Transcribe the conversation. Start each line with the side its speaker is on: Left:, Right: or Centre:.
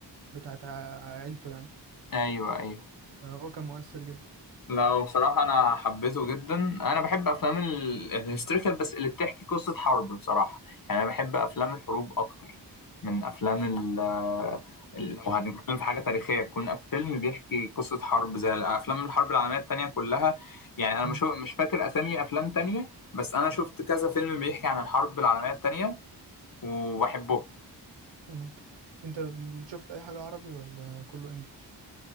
Right: بتاعت ع- عيلته يعني
Left: ايوه ايوه
Right: آه هو كان مؤثر جدا
Left: لا هو بصراحة أنا حبيته جدا أنا بحب أفلام ال- الهيستوريكال بس اللي بتحكي قصة حرب بصراحة يعني أنا بحب أفلام الحروب أكتر من أفلام ال ال- لو هنتكلم في حاجة تاريخية تكون فيلم بيحكي قصة حرب زي أفلام الحرب العالمية التانية كلها يعني أنا
Right: مم.
Left: مش مش فاكر أسامي أفلام تانية بس أنا شفت كذا فيلم بيحكي عن الحرب العالمية التانية وبحبهم
Right: تمام انت شفت اي حاجة عربي ولا كله انجليش